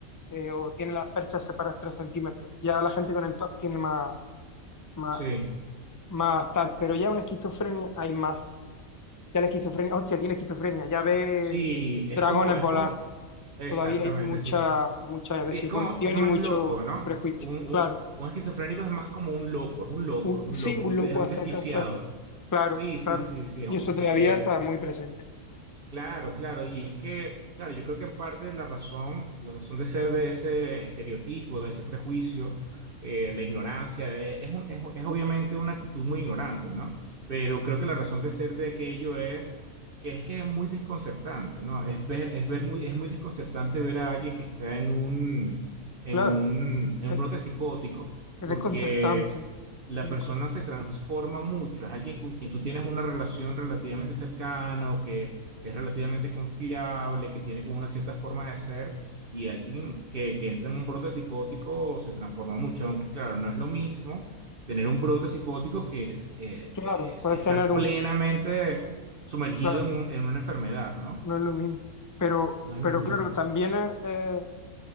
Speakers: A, on the left; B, on the right.
A: eh, o tiene las perchas separadas 3 centímetros. Ya la gente con el TOC tiene más, más,
B: Sí,
A: más tal, pero ya una esquizofrenia hay más. Ya la esquizofrenia, hostia, tiene esquizofrenia, ya ve
B: sí, es
A: dragones
B: como, es
A: volar.
B: como, exactamente,
A: Todavía hay mucha,
B: sí.
A: mucha
B: Sí,
A: desinformación
B: es como, es más
A: y mucho
B: loco, ¿no?
A: prejuicio,
B: Un, un,
A: claro.
B: un esquizofrénico es más como un loco, es un loco,
A: Un-
B: es un
A: sí,
B: loco,
A: un
B: es un,
A: loco
B: de- es un
A: a secas,
B: desquiciado.
A: claro. Claro,
B: Sí, sí,
A: claro.
B: sí, sí. es
A: Y
B: un-
A: eso todavía
B: eh,
A: está
B: eh,
A: muy presente.
B: Claro, claro, y es que, claro, yo creo que en parte la razón, la razón de ser de ese estereotipo, de ese prejuicio, eh, la ignorancia, eh, es, un- es, es obviamente una actitud muy ignorante, ¿no? Pero creo que la razón de ser de aquello es que es que es muy desconcertante, ¿no? Es ver, es ver muy, es muy desconcertante ver a alguien que está en un, en
A: Claro,
B: un, en
A: es,
B: un brote psicótico,
A: es
B: porque
A: desconcertante.
B: la
A: es
B: persona
A: desconcert-
B: se transforma mucho, es alguien con quien tú tienes una relación relativamente cercana o que es relativamente confiable, que tiene como una cierta forma de ser, y alguien que, que entra en un brote psicótico se transforma mucho, aunque claro, no es lo mismo tener un brote psicótico que es, eh,
A: Claro,
B: es
A: puedes
B: estar
A: tener un...
B: plenamente sumergido
A: Claro,
B: en un- en una enfermedad, ¿no?
A: no es lo mismo. Pero,
B: No es
A: pero
B: lo mismo.
A: claro, también es, eh,